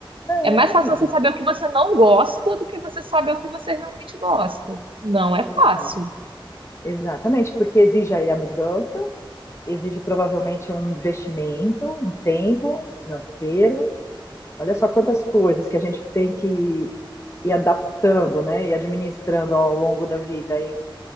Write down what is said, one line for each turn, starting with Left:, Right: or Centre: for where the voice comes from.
Left: Não,
Right: É mais fácil você saber o que você não gosta do que você saber o que você realmente gosta. Não é fácil.
Left: exato. Exatamente, porque exige aí a mudança, exige provavelmente um investimento, um tempo financeiro, Olha só quantas coisas que a gente tem que ir adaptando, né? E administrando ao longo da vida. E